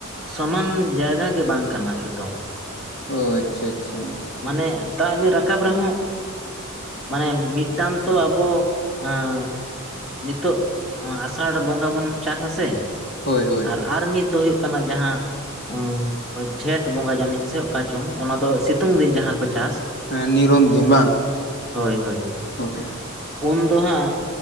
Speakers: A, in the centre; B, on the left.
A: ᱥᱚᱢᱟᱱ ᱡᱟᱭᱜᱟ ᱜᱮ ᱵᱟᱝ ᱠᱟᱱᱟ ᱮᱠᱫᱚᱢ᱾
B: ᱚ ᱟᱪᱪᱷᱟ ᱟᱪᱪᱷᱟ
A: ᱢᱟᱱᱮ ᱫᱟᱜ ᱵᱤᱱ ᱨᱟᱠᱟᱵ ᱨᱮᱦᱚᱸ, ᱢᱟᱱᱮ ᱢᱤᱫᱴᱟᱝ ᱛᱚ ᱟᱵᱚ ᱟᱸ ᱱᱤᱛᱳᱜ ᱚ ᱟᱥᱟᱲ ᱵᱚᱸᱜᱟ ᱵᱚᱱ ᱪᱟᱥ ᱟᱥᱮ
B: ᱦᱳᱭ ᱦᱳᱭ
A: ᱟᱨ ᱟᱨ ᱢᱤᱫ ᱫᱚ ᱦᱩᱭᱩᱜ ᱠᱟᱱᱟ ᱡᱟᱦᱟᱸ ᱩᱸ ᱚ ᱡᱷᱮᱸᱴ ᱵᱚᱸᱜᱟ ᱡᱟᱹᱱᱤᱡ ᱥᱮ ᱚᱠᱟ ᱪᱚᱝ ᱚᱱᱟ ᱫᱚ ᱥᱤᱛᱩᱝ ᱫᱤᱱ ᱡᱟᱦᱟᱸ ᱠᱚ ᱪᱟᱥ
B: ᱦᱮᱸ ᱱᱤᱨᱚᱱᱫᱤᱱ ᱵᱟᱝ?
A: ᱦᱳᱭ ᱦᱳᱭ᱾
B: ᱦᱳᱭ᱾
A: ᱩᱱ ᱫᱚ ᱦᱟᱸᱜ